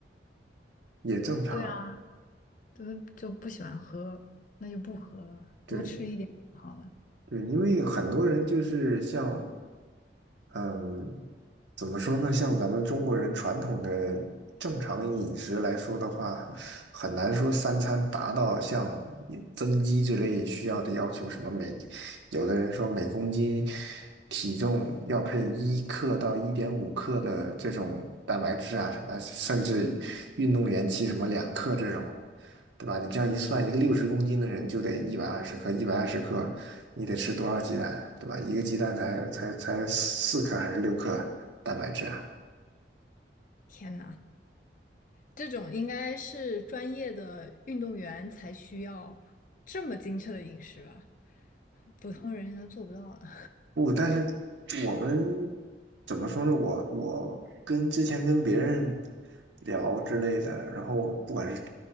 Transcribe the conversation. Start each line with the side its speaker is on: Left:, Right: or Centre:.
Right: 也正常。
Left: 对啊，就就不喜欢喝，那就不喝了，
Right: 对
Left: 多吃一点就好了。
Right: 对，因为很多人就是像嗯，怎么说呢？像咱们中国人传统的正常饮食来说的话，很难说三餐达到像增肌之类需要的要求，什么每有的人说每公斤体重要配一克到一点五克的这种蛋白质啊什么甚至运动员骑什么两克这种，对吧？你这样一算，一个六十公斤的人就得一百二十克，一百二十克你得吃多少鸡蛋，对吧？一个鸡蛋才才才四克还是六克蛋白质啊？
Left: 天呐，这种应该是专业的运动员才需要这么精确的饮食吧？普通人应该做不到的。
Right: 不，但是我们怎么说呢？我我跟之前跟别人聊之类的，然后不管是